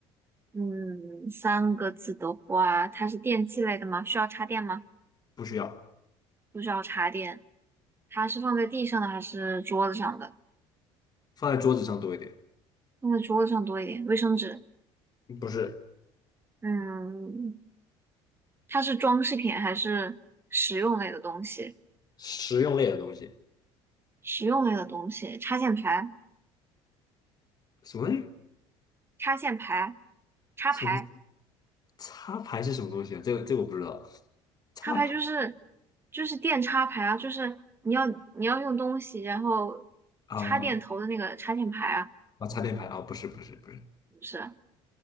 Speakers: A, on the right (about 20°); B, on the left (about 35°).
A: 嗯，三个字的话，它是电器类的吗？需要插电吗？
B: 不需要，
A: 不需要插电。它是放在地上的还是桌子上的？
B: 放在桌子上多一点，
A: 放在桌子上多一点。卫生纸。
B: 嗯不是，
A: 嗯，它是装饰品还是实用类的东西？
B: 实用类的东西。
A: 实用类的东西，插线排、
B: 什么
A: 插线排、插排、
B: 什么插排是什么东西啊？这个这个我不知道。插排
A: 插排就是就是电插排啊，就是你要你要用东西，然后
B: 啊
A: 插电头的那个插线排啊，
B: 啊，插电排啊，不是不是不是，
A: 不是